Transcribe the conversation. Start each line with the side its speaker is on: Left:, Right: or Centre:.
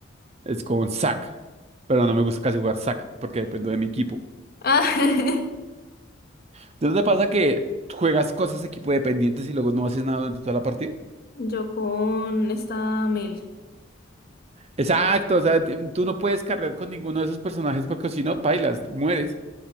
Right: es con Zac. Pero no me gusta casi jugar Zac porque dependo de mi equipo.
Left: Ah,
Right: Entonces te pasa que juegas cosas equipo dependientes y luego no haces nada durante toda la partida.
Left: <laughs> yo con esta Mel.
Right: Exacto, o sea, t- tú no puedes cargar con ninguno de esos personajes porque si no, pailas, mueres.